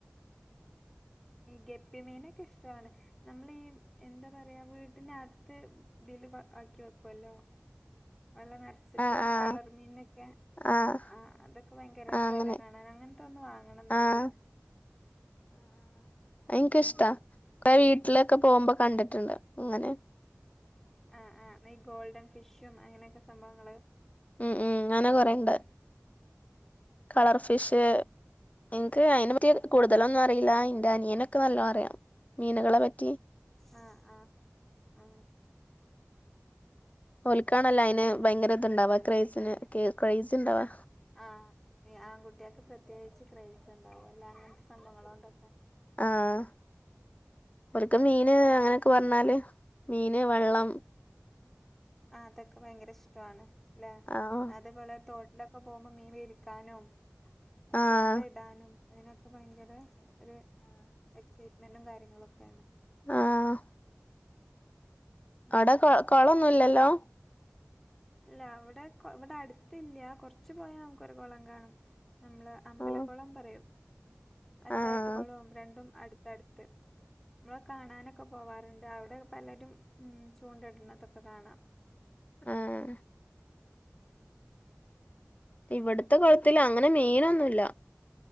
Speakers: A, in the centre; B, on the left.
A: ഗപ്പിമീനൊക്കെ ഇഷ്ടമാണ് നമ്മൾ ഈ എന്താ പറയാ വീട്ടിനകത്ത് ഇതില് ആക്കി വെക്കുവല്ലോ. വെള്ള നിറച്ചിട്ട്
B: ആഹ് ആഹ്
A: കളർ മീനൊക്കെ.
B: ആഹ്
A: ആ അതൊക്കെ ഭയങ്കര രസല്ലേ
B: ആഹ് അങ്ങനെ
A: കാണാൻ അങ്ങനത്തെ ഒന്ന് വാങ്ങണന്നുണ്ട്.
B: ആഹ് എനിക്ക്
A: ഉം
B: ഇഷ്ടാ
A: ഉം.
B: കുറേ വീട്ടിലൊക്കെ പോകുമ്പോ കണ്ടിട്ടുണ്ട് അങ്ങനെ.
A: ആ ആ ഈ ഗോൾഡൻ ഫിഷും അങ്ങനെയൊക്കെ സംഭവങ്ങള്
B: ഉം ഉം അങ്ങനെ കൊറെേണ്ട് കളർ
A: ഉം
B: ഫിഷ്
A: ഉം
B: എനിക്ക് അതിനെ പറ്റ
A: ഉം
B: കൂടുതലൊന്നും
A: ഉം.
B: അറിയില്ല ഡനിയനൊക്കെ നല്ല അറയാം മീനുകളെ പറ്റ
A: ആഹ ആഹ ആഹ
B: ൽക്കാണല്ല അതിന് ഭയങ്കര ഇത്ണ്ടാവ ക്രേസ് ഇണ്ടാവാ
A: ആഹ ആൺകുട്ടിയൊക്കെ പ്രത്യേകിച്ച് ക്രൈസ് ഉണ്ടാവും അല്ല അങ്ങനത്തെ സംഭങ്ങളോ കൊണ്ടൊക്കെ
B: ആഹ ഒക്കെ മീന് അങ്ങനെയൊക്കെ പറഞ്ഞാല് മീന് വെള്ളം
A: ആ അതൊക്കെ ഭയങ്കര ഇഷ്ടമാണ്ല്ലേ
B: ആഹ്
A: അതേപോലെ തോട്ട ഉൊക്കെ പോകുമ്പോ മീമ ഇരിക്കാനും
B: ആഹ്
A: ചൂണ്ടയിടാനും അതിനൊക്കെ ഭയങ്കര ഒരു എക്സൈ മനും കാര്യങ്ങളുംൊക്കെയാണ്
B: ആഹ
A: ഉം
B: അടെ കളൊന്നുംല്ലല്ലോ
A: ഇല്ല ഇവിടെ ഇവിടെ അടുത്തല്ല കുറച്ച്ു പോയാ നമുക്ക്ൊരു കുളം കാണും നമ്മള് അമ്പലക്കുളം
B: ആഹ്
A: പറയും പഞ്ചായത്ത
B: ആഹ്
A: കുളവും രണ്ടും അടുത്തടുത്ത് നമ്മള കാണാനൊക്കെ പോവാറുണ്ട് അവിടെ പലരും ഉ ചൂണ്ട ഇടുന്നതൊക്കെ കാണാം ന്നണ്വവവഹജ്ജ്
B: ആഹ ഇവിടത്തെ കുളത്തിൽ അങ്ങനെ മീനൊന്നുമില്ല